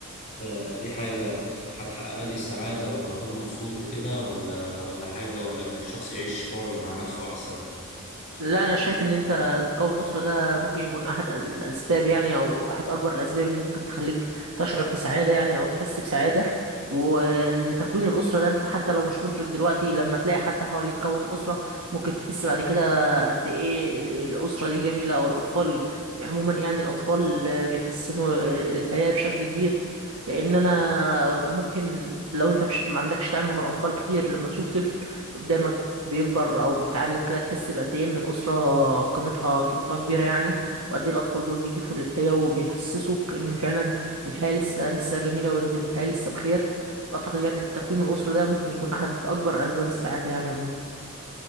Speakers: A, on the left; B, on the right.
A: ده- دي حاجة هتحقق لي السعادة وأكون مبسوط وكده ولا ولا حاجة ولا إن الشخص يعيش حر مع نفسه أحسن؟
B: لا انا شايف ان انت تكون اسره ده ممكن يكون احد الاسباب يعني او احد اكبر الاسباب اللي ممكن تخليك تشعر بسعاده يعني او تحس بسعاده وان تكوين الاسره ده انت حتى لو مش مدرك دلوقتي لما تلاقي حد حواليك كون اسره ممكن تحس بعد كده قد ايه الاسره دي جميله او الاطفال عموما يعني الاطفال بيحسنوا الحياه بشكل كبير لان انا ممكن لو انت مش ما عندكش تعامل مع الاطفال كتير لما تشوف طفل قدامك بيكبر او بيتعلم كده تحس بقد ايه ان الاسره قيمتها قيمتها كبيره يعني وقد ايه الاطفال دول بيضيفوا للحياه وبيحسسوك ان فعلا الحياه لسه لسه جميله وان الحياه لسه بخير فاعتقد يعني التكوين الاسري ده ممكن يكون احد اكبر اسباب السعاده يعني عموما